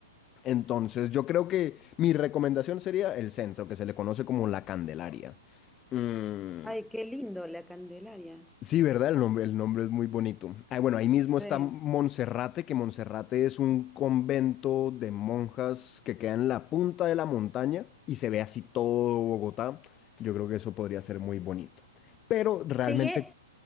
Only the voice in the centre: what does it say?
Ay, qué lindo la Candelaria.
Sí.
Che, ¿y es,